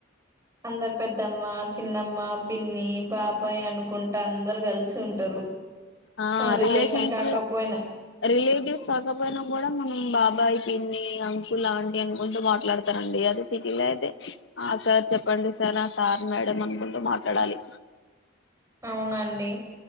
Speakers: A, on the right (about 15°); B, on the left (about 65°).
A: అందరు పెద్దమ్మ చి పిన్నమ్మా పిన్ని బాబాయ్ అనుకుంట అందరు కలిసి ఉంటారు
B: ఆ
A: మన రిలేషన్
B: రిలేషన్స్
A: కాకపోయినా
B: రిలేటివ్స్ కాకపోయినా కూడా మనం బాబాయ్ పిన్ని అంకుల్ ఆంటి అనుకుంటా మాట్లాడతారండి అదే సిటీలో అయితే ఆ సార్ చెప్పండి సార్ సార్ మేడం అనుకుంటూ మాట్లాడాలి
A: అవునండి